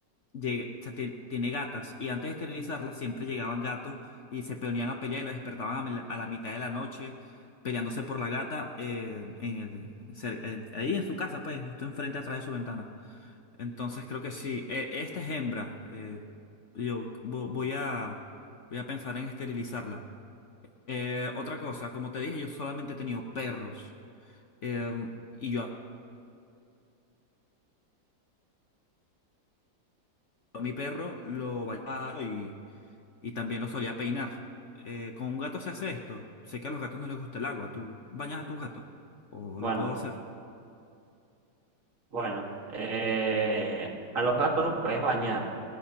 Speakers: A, on the left; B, on the right.
A: llega- o sea, tie- tiene gatas y antes de esterilizarlas siempre llegaban gatos y se ponían a pelear y lo despertaban a, mel- a la mitad de la noche peleándose por la gata eh, en el- cer- en- ahí en su casa, pues justo enfrente atrás de su ventana. Entonces creo que sí. Eh, esta es hembra. Eh, yo vo- voy a, voy a pensar en esterilizarla. Eh, otra cosa, como te dije, yo solamente he tenido perros. Eh, y yo a mi perro lo bañaba y, y también lo solía peinar. Eh, ¿con un gato se hace esto? Sé que a los gatos no les gusta el agua. ¿Tú bañas a tus gatos? ¿O
B: Bueno,
A: lo puedo hacer?
B: bueno, eh, a los gatos los puedes bañar.